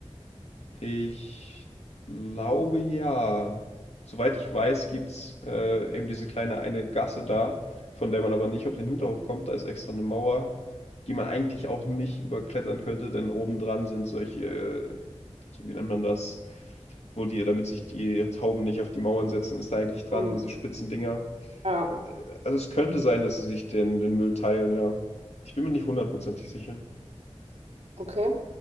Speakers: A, on the left; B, on the right.
A: Ich glaube ja. Soweit ich weiß, gibt es äh, eben diese kleine eine Gasse da, von der man aber nicht auf den Hinterhof kommt. Da ist extra eine Mauer, die man eigentlich auch nicht überklettern könnte, denn obendran sind solche wie nennt man das, wo die, damit sich die Tauben nicht auf die Mauern setzen, ist da eigentlich dran,
B: Hm.
A: diese spitzen Dinger.
B: Ja,
A: Äh, Also es könnte sein, dass sie sich den, den Müll teilen, ja. Ich bin mir nicht hundertprozentig sicher.
B: okay.